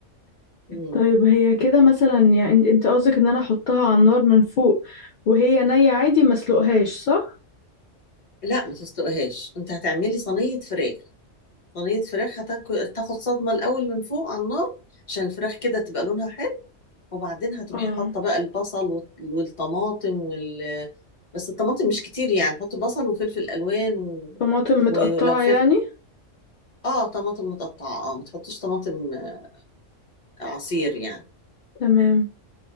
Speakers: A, on the left; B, on the left.
A: مم.
B: طيب هي كده مثلا يعني انت انت قصدك ان انا احطها على النار من فوق وهي نية عادي ما اسلقهاش صح
A: لا ما تسلقهاش انت هتعملي صينيه فراخ صينيه فراخ هتاكل تاخد صدمه الاول من فوق على النار عشان الفراخ كده تبقى لونها حلو وبعدين هتروحي
B: اه
A: حاطه بقى البصل وال- والطماطم وال بس الطماطم مش كتير يعني حطي بصل وفلفل الوان و...
B: طماطم متقطعة
A: ولو فلفل
B: يعني
A: اه طماطم متقطعه اه ما تحطيش طماطم آه، عصير يعني
B: تمام